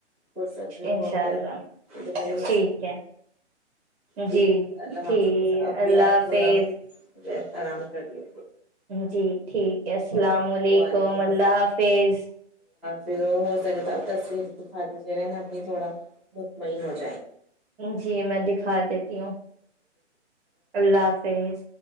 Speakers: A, in the centre; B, on the right.
A: فرصت میں
B: انشاء
A: ہو کر
B: اللہ
A: ے م
B: ٹھیک ہے
A: ٹھیک
B: جی
A: ہے اللہ
B: ٹھیک
A: حافظ اب بھی
B: اللہ
A: آپ
B: حافظ
A: تھوڑا س آرام کر لی
B: جی ٹھیک ہے السلام
A: اوکے
B: علیکم
A: وعلیکم
B: اللہ حافظ
A: پھر وہ ہو سکے تو تصویر دکھا دی ج گا ہے ن اپنی تھوڑا مطمئن ہوتا
B: جی میں دکھا دیتی ہوں اللہ حافظ